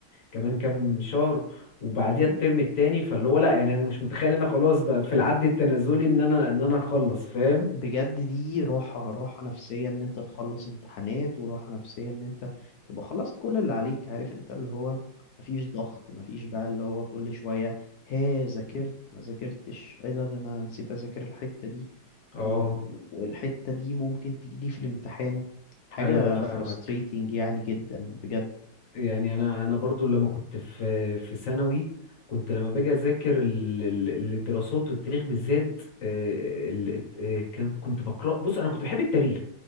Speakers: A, on the left; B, on the left.
A: كمان كام شهر وبعديها
B: مم.
A: الترم التاني فاللي هو لا يعني انا مش متخيل ان انا خلاص بقى في العد التنازلي ان انا ان انا اخلص فاهم
B: بجد دي راحة راحة نفسية ان انت تخلص امتحانات وراحة نفسية ان انت تبقى خلصت كل اللي عليك عارف انت اللي هو مفيش ضغط مفيش بقى اللي هو كل شوية ها ذاكرت ما ذاكرتش ايه ده ده انا نسيت اذاكر الحتة دي
A: اه
B: و- والحتة دي ممكن تجيلي في الامتحان حاجة
A: ايوه فاهمك
B: frustrating يعني جدا بجد
A: يعني انا انا برضو لما كنت في في ثانوي كنت لما باجي اذاكر ال- ال- الدراسات والتاريخ بالذات آه، ال-
B: مم.
A: آه، ك- كنت بقرا بص انا كنت بحب التاريخ